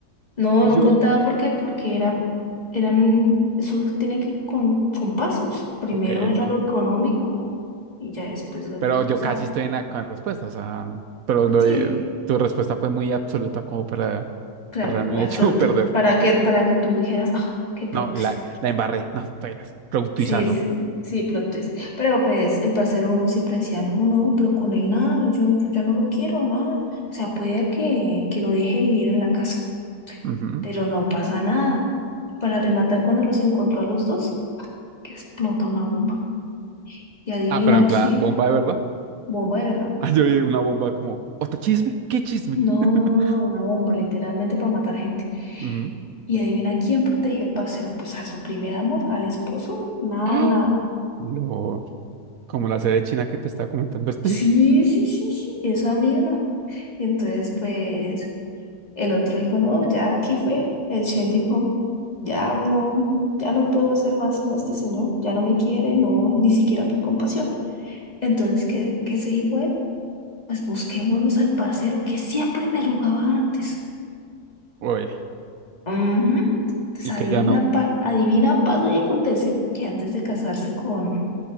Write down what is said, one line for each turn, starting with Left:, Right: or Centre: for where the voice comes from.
Left: No,
Right: yo,
Left: no contaba porque, porque era, eran, eso tiene que con, con pasos. Primero
Right: ok,
Left: era
Right: ok.
Left: lo económico y ya después lo
Right: pero
Left: que, o
Right: yo
Left: sea,
Right: casi estoy en la con la respuesta, o sea, pero lo-
Left: sí,
Right: eh, tu respuesta fue muy absoluta como para
Left: claro,
Right: haberme
Left: fue
Right: hecho
Left: absoluta.
Right: <laughs> perder.
Left: Para que, para que tú dijeras, ah, qué plot
Right: No, la,
Left: twist.
Right: la embarré, no, apenas, productizazo.
Left: Sí, sí, sí, plot twist. Pero pues el parcero uno siempre decía, no, no, pero con él nada, yo ya no lo quiero, nada. O sea, puede que, que lo deje vivir en la casa,
Right: Ujú.
Left: pero no pasa nada. Para rematar, cuando los encontró a los dos, que explota una bomba. Y adivina
Right: Ah, pero en
Left: quién.
Right: plan, bomba de verdad. <laughs>
Left: Bomba de verdad.
Right: Ah, yo vi una bomba como, ¿otro chisme? ¿Qué chisme?
Left: No,
Right: <laughs>
Left: no, no, no, una bomba, literalmente para matar gente.
Right: Ujú.
Left: Y adivina quién protegió el parcero. Pues a su primer amor, al esposo. Nada,
Right: <gasps> ¡Ah!
Left: nada.
Right: Lo... Como la sede china que te estaba comentando.
Left: Sí,
Right: <laughs>
Left: sí, sí, sí, esa misma. Y entonces, pues, el otro dijo, no, ya aquí fue. El Shen dijo, ya no, ya no puedo hacer más con este señor. Ya no me quiere, no, ni siquiera por compasión. Entonces, ¿qué, qué se dijo él? Pues busquémonos al parcero que siempre me rogaba antes.
Right: Uy,
Left: Ujú. Entonces
Right: y
Left: adivina,
Right: que ya no.
Left: pa- adivina, pasa y acontece que antes de casarse con,